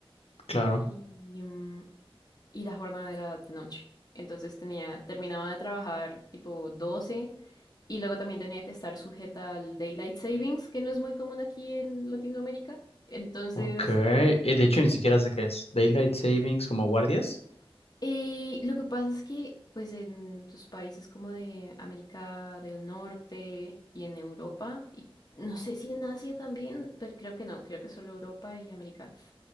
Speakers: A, on the left; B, on the left.
A: claro,
B: y, mm, y la jornada era de noche. Entonces tenía, terminaba de trabajar tipo 12 y luego también tenía que estar sujeta al Daylight Savings, que no es muy común aquí en Latinoamérica. Entonces,
A: ok, Eh, de hecho ni siquiera sé qué es, Daylight Savings como guardias.
B: eh, lo que pasa es que pues en tus países como de América del Norte y en Europa, y no sé si en Asia también, pero creo que no, creo que solo Europa y América.